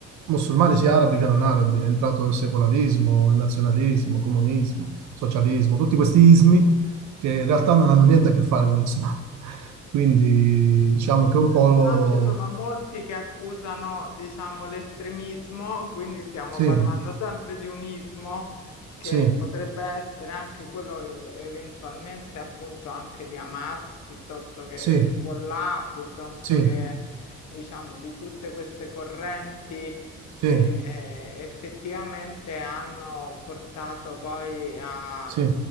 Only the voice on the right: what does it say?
musulmani, sia arabi che non arabi, è entrato il secolarismo, il nazionalismo, il comunismo, il socialismo, tutti questi ismi che in realtà non hanno niente a che fare con l'Islam. Quindi diciamo che un po'
sì,
Sì,
sì,
sì,
sì,
sì.